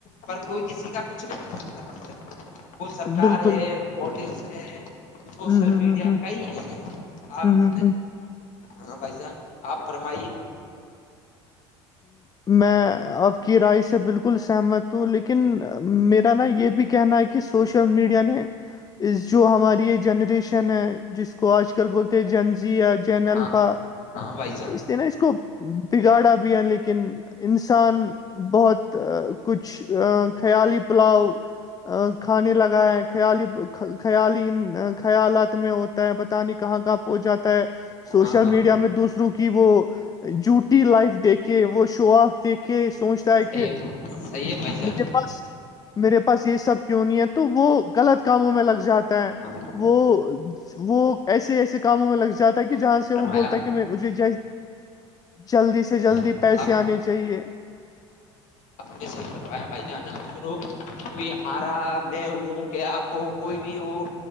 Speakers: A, on the left (about 55°); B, on the left (about 25°).
A: پر کوئی کسی کا کچھ نہیں کر سکتا وہ سرکار
B: بالکل
A: ہے پولیس ہے سوشل
B: ہوں، ہوں،
A: میڈیا
B: ہوں، ہوں،
A: کئی ہیں آپ
B: ہوں، ہوں، ہوں۔
A: ہاں بھائی جان آپ فرمائیے
B: میں آپ کی رائے سے بالکل سہمت ہوں لیکن میرا نا یہ بھی کہنا ہے کہ کہ سوشل میڈیا نے اس جو ہماری یہ جنریشن ہے جس کو آج کل بولتے ہیں جنزیا جین
A: ہاں
B: الفا
A: ہاں بائی جا
B: اس نا اس کو بگاڑا بھی ہے لیکن انسان بہت کچھ خیالی پلاؤ کھانے لگائے ہیں خیالی خیالی ان خیالات میں ہوتا ہے پت نہیں کہاں کہاں ہو جاتا ہے سوشل
A: ہاں ہاں
B: میڈیا میں دوسروں کی وہ جوٹی لائف دیک کے وہ شو آپ دیکھ کے سوچتا
A: صحیح
B: ہے کہ
A: ہے صحیح ہے بھائی جان
B: مے میرے پاس یہی سب کیوں نہیں ہے تو وہ غلط کاموں میں لگ جاتا ہے
A: ہاں
B: وہ وہ ایسے ایسے کاموں میں لگ جاتا ہے کہ جہاں سے وہ
A: فرمایا
B: بولتا ہے کہ میں مجھے ج جلدی سے جلدی
A: ہاں
B: پیسے
A: آپ
B: آنے چاہیے
A: کیسح ہیح کروائے بھائی جانا سنو کوئی ہمارا میں ہوں کہ آپ کو کوئی بھی ہو